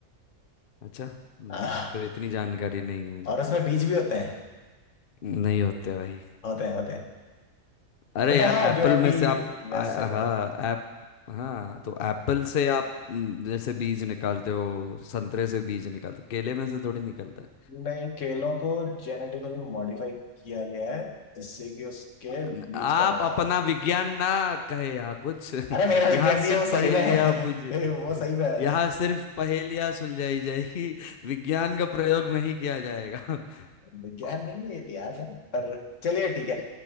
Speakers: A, on the left (about 55°); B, on the left (about 70°).
A: अच्छा हम्म,
B: हाँ,
A: फिर इतनी जानकारी नहीं है मुझे
B: और उसमें बीज भी होते हैं
A: नहीं होते भाई
B: होते हैं होते हैं
A: अरे
B: मतलब
A: यार
B: हाँ
A: एप्पल
B: जो अभी
A: में से आप
B: वैसे
A: आ-
B: वो
A: हाँ
B: होते हैं
A: ऐप हाँ तो एप्पल से आप हम्म, जैसे बीज निकालते हो संतरे से बीज निकालते हो केले में से थोड़ी निकलता है
B: नहीं केलों को जेनेटिकली मॉडिफाई किया गया है जिससे कि उसके
A: न-
B: बीज
A: आप
B: का मजा
A: अपना
B: आता
A: विज्ञान ना कहे यहाँ कुछ <laughs>
B: है। अरे मेरा
A: यहाँ
B: विज्ञान नहीं
A: सिर्फ
B: है वो सही
A: पहेलियां
B: में है
A: बुझ <laughs>
B: <laughs> वो सही में
A: यहाँ
B: है
A: सिर्फ पहेलियां सुलझाई जाएगी विज्ञान का प्रयोग नहीं किया जाएगा <laughs>
B: विज्ञान नहीं है इतिहास है पर चलिए ठीक है